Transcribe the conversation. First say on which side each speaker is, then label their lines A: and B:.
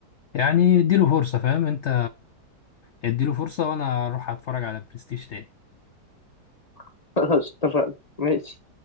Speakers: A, on the left; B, on the left.
A: يعني اديله فرصه فاهم انت اديله فرصه وانا اروح اتفرج على برستيج تاني
B: <laughs> خلاص اتفقنا ماشي